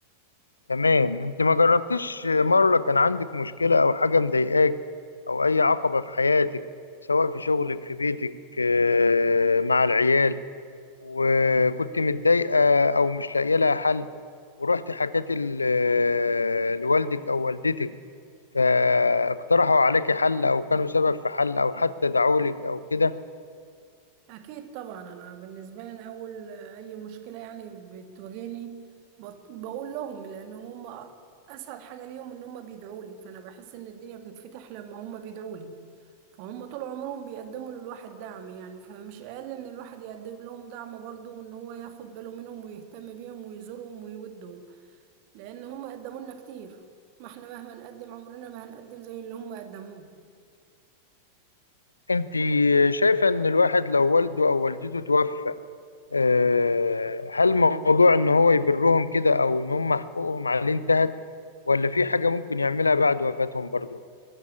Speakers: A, on the left (about 80°); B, on the right (about 45°).
A: تمام انت ما جربتش مره كان عندك مشكله او حاجه مضايقاك او اي عقبه في حياتك سواء في شغلك في بيتك آه، مع العيال وكنت متضايقه او مش لاقيه لها حل ورحت حكيت ال- آه، لوالدك او والدتك فاقترحوا عليك حل او كانوا سبب في حل او حتى دعوا لك او كده
B: أكيد طبعا أنا بالنسبة لي أنا أول أي مشكلة يعني بتواجهني بط- بقول لهم لأن هم أسهل حاجة ليهم إن هم بيدعوا لي فأنا بحس إن الدنيا بتتفتح لما هم بيدعوا لي فهم طول عمرهم بيقدموا للواحد دعم يعني فمش أقل إن الواحد يقدم لهم دعم برضه إن هو ياخد باله منهم ويهتم بيهم ويزورهم ويودهم لأن هم قدموا لنا كتير ما إحنا مهما نقدم عمرنا ما هنقدم زي اللي هم قدموه
A: انت شايفه ان الواحد لو والده او والدته توفى آه، هل موضوع ان هو يبرهم كده او ان هم حقوقهم عليه انتهت ولا في حاجة ممكن يعملها بعد وفاتهم برضو